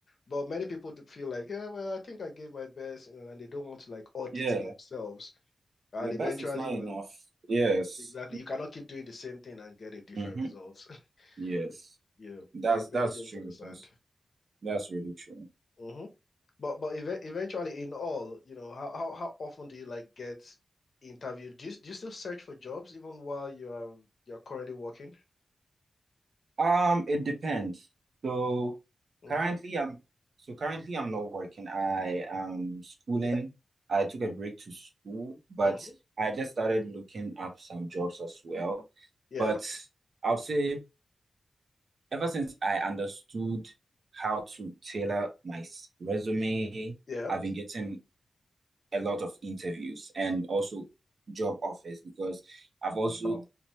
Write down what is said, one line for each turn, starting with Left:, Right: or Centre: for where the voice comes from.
Left: But many people do feel like, yeah, well, I think I gave my best, you know, and they don't want to like audit
Right: Yeah,
Left: themselves. And
Right: your
Left: eventually,
Right: best is not
Left: well,
Right: enough. Yes.
Left: exactly, you cannot keep doing the same thing and get a different
Right: Mm-hmm.
Left: result. <laughs>
Right: Yes,
Left: You know,
Right: that's
Left: and
Right: that's
Left: many don't
Right: true.
Left: understand.
Right: That's that's really true.
Left: Mm-hmm. But but ev eventually, in all, you know, how, how how often do you like get interviewed? Do you do you still search for jobs even while you are you're currently working?
Right: Um, it depends. So
Left: Mm-hmm.
Right: currently, I'm so currently I'm not working. I am schooling.
Left: Yeah.
Right: I took a break to school, but
Left: Mm-hmm.
Right: I just started looking up some jobs as well.
Left: Yeah.
Right: But I'll say ever since I understood how to tailor my s- resume,
Left: Yeah.
Right: I've been getting a lot of interviews and also job offers because I've also
Left: Oh,